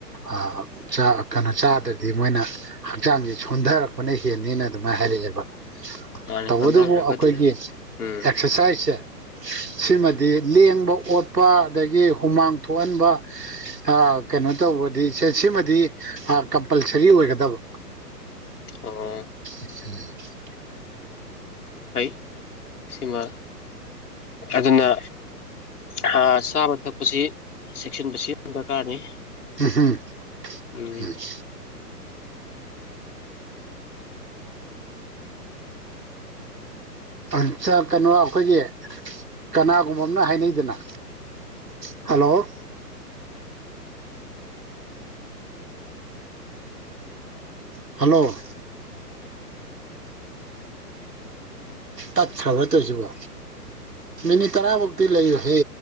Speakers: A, on the right; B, on the left.
A: ꯑꯥ ꯆꯥ ꯀꯩꯅꯣ ꯆꯥꯗ꯭ꯔ ꯗꯤ ꯃꯣꯏꯅ ꯍꯛꯆꯥꯡꯁꯦ ꯁꯣꯟꯊꯔꯛꯄꯅ ꯍꯦꯟꯅꯤꯅ ꯑꯗꯨꯃꯥꯏ ꯍꯥꯏꯔꯛꯑꯦꯕ
B: ꯃꯥꯅꯦ
A: ꯇꯧꯕꯗꯕꯨ
B: ꯍꯣꯟꯊꯈ꯭ꯔꯒꯗꯤ
A: ꯑꯩꯈꯣꯏꯒꯤ
B: ꯎꯝ
A: ꯑꯦꯛꯁꯔꯁꯥꯏꯁꯁꯦ ꯁꯤꯃꯗꯤ ꯂꯦꯡꯕ ꯑꯣꯠꯄ ꯑꯗꯒꯤ ꯍꯨꯃꯥꯡ ꯊꯣꯛꯍꯟꯕ ꯑꯥ ꯀꯩꯅꯣ ꯇꯧꯕꯗꯤ ꯁ‌ꯦ ꯁꯤꯃꯗꯤ ꯑꯥ ꯀꯝ ꯄꯜꯁꯔꯤ ꯑꯣꯏꯒꯗꯕ
B: ꯑꯣ
A: <unintelligible>
B: ꯐꯩ ꯁꯤꯃ ꯐꯖꯅ ꯍꯥ ꯆꯥꯕ ꯊꯛꯄꯁꯤ ꯆꯦꯛꯁꯤꯟꯕꯁꯤ <inaudible> ꯗꯔꯀꯥꯔꯅꯤ
A: <unintelligible>
B: ꯎꯝ
A: <unintelligible> ꯆꯥꯛ ꯀꯩꯅꯣ ꯑꯩꯈꯣꯏꯒꯤ ꯀꯅꯥꯒꯨꯝꯕ ꯑꯃꯅ ꯍꯥꯏꯅꯩꯗꯅ ꯍꯜꯂꯣ ꯍꯜꯂꯣ ꯇꯠꯈ꯭ꯔꯕ‌ꯣ ꯇꯧꯔꯤꯁꯤꯕꯣ ꯃꯤꯅꯤꯠ ꯇꯔꯥꯃꯨꯛꯇꯤ ꯂꯩꯌꯨꯍꯦ